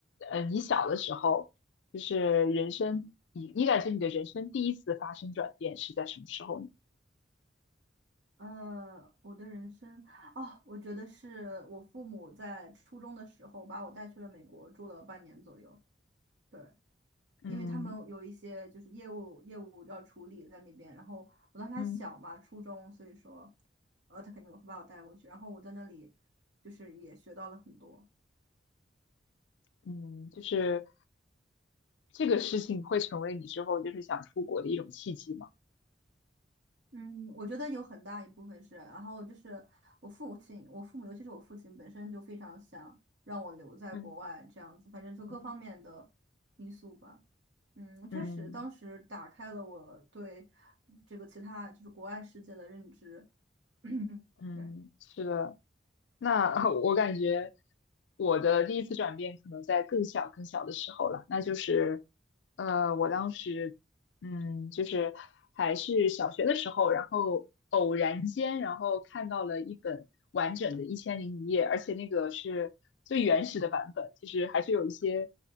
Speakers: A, on the left; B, on the right.
A: 呃，你小的时候，就是人生，你你感觉你的人生第一次发生转变是在什么时候呢？
B: 呃，我的人生，哦，我觉得是我父母在初中的时候把我带去了美国，住了半年左右。对，
A: 嗯
B: 因为他们有一些就是业务业务要处理在那边，然后我当时还小嘛，
A: 嗯
B: 初中，所以说，呃，他肯定会把我带过去。然后我在那里就是也学到了很多。
A: 嗯，就是这个事情会成为你之后就是想出国的一种契机吗？
B: 嗯，我觉得有很大一部分是，然后就是我父亲，我父母，尤其是我父亲本身就非常想让我留在国外这样子，
A: 嗯
B: 反正就各方面的因素吧。
A: 嗯
B: 嗯，确实，
A: 嗯，
B: 当时打开了我对这个其他就是国外世界的认知。<coughs> <clears throat>
A: 嗯嗯是的，
B: 对
A: 那 <laughs> 我感觉我的第一次转变可能在更小更小的时候了，那就是，呃，我当时，嗯，就是还是小学的时候，然后偶然间，然后看到了一本完整的《一千零一夜》，而且那个是最原始的版本，就是还是有一些